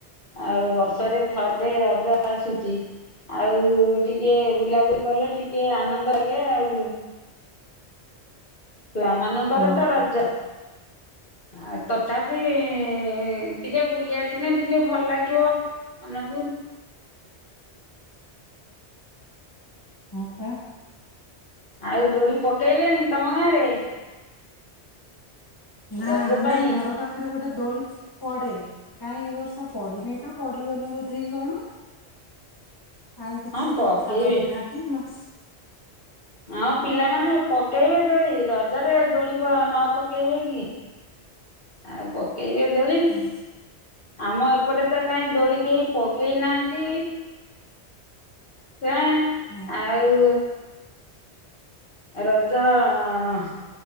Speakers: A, on the left; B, on the left.
A: ଆଉ ବର୍ଷରେ ଥରେ ରଜ ଆସୁଛି ଆଉ ଟିକେ ବୁଲାବୁଲି କଲେ ଟିକେ ଆନନ୍ଦ ଲାଗେ ଆଉ ଛୁଆ ମାନଙ୍କର
B: ହଁ
A: ତ ରଜ। ଆଉ ତଥାପି- ଟିକେ ବୁଲି ଆସିନେ ଟିକେ ଭଲ ଲାଗିବ। ମାନକୁ
B: ହଁ ପା।
A: ଆଉ ଦୋଳି ପକେଇଲେଣି ତମ ଗାଁ ରେ?
B: ନା
A: ରଜ
B: ମୁଁ
A: ପାଇଁ
B: ଏଇ ଘର ପାଖରେ ଗୋଟେ ଦୋଳି ପଡେ କାଇଁ ଏ ବର୍ଷ ପଡିିନି ତ ପଡିବନି ବୋଧେଇ କଣ। କାଇଁ କିଛି
A: ହଁ ପକେଇବେ
B: ସଫା କରିନାହାନ୍ତି ମାସ୍
A: ହଁ ପିଲାମାନେ ପକେଇବେ ଦୋଳି ରଜରେ ଦୋଳିପ ନ ପକେଇବେ କି। ଆ ପ୍ ପକେଇବେ ଦୋଳି,
B: ହୁଁ।
A: ଆମ ଏପଟେ ତ କାହିଁ ଦୋଳି କେହି ପକେଇ ନାହାନ୍ତି। ଛୁଆଁ
B: ହଁ
A: ଆଉ ରଜ ଅଁ